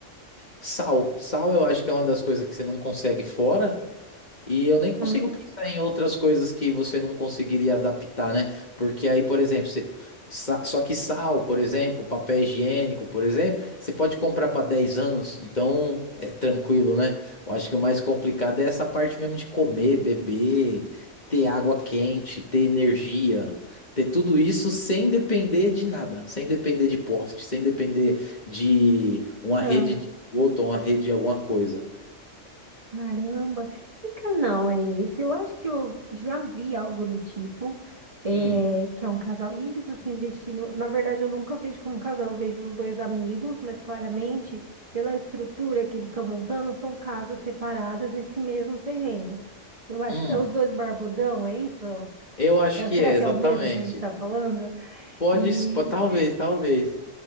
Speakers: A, on the left; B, on the right.
A: Sal. Sal eu acho que é uma das coisas que você não consegue fora. E eu nem consigo
B: hum,
A: pensar em outras coisas que você não conseguiria adaptar, né? Porque aí, por exemplo, você- sa- só que sal, por exemplo, papel higiênico, por exemplo, você pode comprar para 10 anos, então é tranquilo, né? Eu acho que o mais complicado é essa parte mesmo de comer, beber, ter água quente, ter energia, ter tudo isso sem depender de nada, sem depender de poste, sem depender de uma
B: ah,
A: rede de esgoto ou uma rede de alguma coisa.
B: caramba, que canal é esse? Eu acho que eu já vi algo do tipo,
A: Hum,
B: é, que é um casal, e eles assim vestindo. Na verdade, eu nunca vejo como um casal, eu vejo os dois amigos, mas claramente, pela estrutura que eles estão montando, são casas separadas nesse mesmo terreno. Eu acho
A: hum.
B: que é os dois barbudão, é isso?
A: Eu acho
B: É-
A: que
B: será
A: é,
B: que
A: exatamente.
B: é o mesmo que a gente está falando?
A: Pode,
B: E
A: s- po- talvez, talvez.